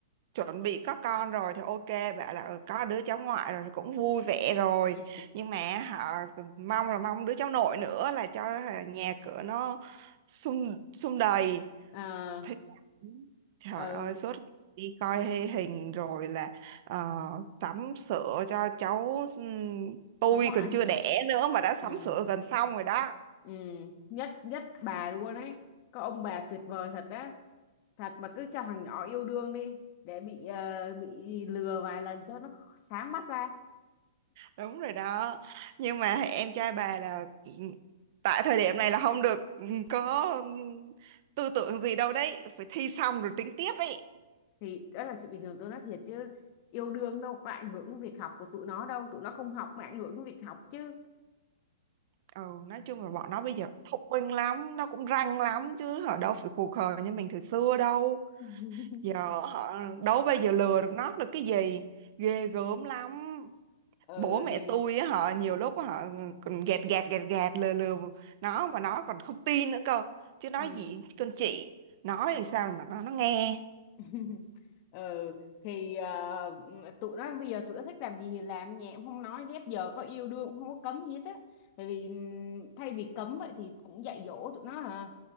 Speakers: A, on the right; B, on the left.
A: chuẩn bị có con rồi thì ok bảo là ừ, có đứa cháu ngoại rồi thì cũng vui vẻ rồi
B: ừ
A: nhưng mà họ mong là mong đứa cháu nội nữa là cho hả, nhà cửa nó sum sum đầy
B: à,
A: thích lắm. trời
B: ừ
A: ơi suốt ngày đi coi hay hình rồi là ờ, sắm sửa cho cháu ừm, tôi
B: cháu ngoại
A: còn
B: hả?
A: chưa đẻ nữa mà đã
B: ừ
A: sắm sửa gần xong rồi đó
B: ừ nhất nhất bà luôn ấy có ông bà tuyệt vời thật á thật mà cứ cho thằng nhỏ yêu đương đi để bị ờ, bị lừa vài lần cho nó sáng mắt ra
A: đúng rồi đó nhưng mà em trai bà là ừm, tại thời điểm này là không được ừm, có ừm, tư tưởng gì đâu đấy phải thi xong rồi tính tiếp ấy
B: thì đó là chuyện bình thường tôi nói thiệt chứ yêu đương đâu có ảnh hưởng đến việc học của tụi nó đâu tụi nó không học mà ảnh hưởng đến việc học chứ
A: ừ nói chung là bọn nó bây giờ thông minh lắm nó cũng ranh lắm chứ ở đâu phải khù khờ như mình thời xưa đâu
B: <laughs>
A: giờ họ đâu bây giờ lừa được nó được cái gì ghê gớm lắm
B: ờ
A: bố mẹ
B: thì
A: tôi á họ nhiều lúc họ còn gạt gạt gạt gạt lừa lừa nó mà nó còn không tin nữa cơ chứ nói
B: ừ.
A: gì con chị nói làm sao mà nó nó nghe
B: <laughs> ờ thì ờ, tụi nó bây giờ tụi nó thích làm gì thì làm nhẹ cũng không nói ghép giờ có yêu đương cũng không có cấm gì hết á tại vì ừm, thay vì cấm vậy thì cũng dạy dỗ tụi nó à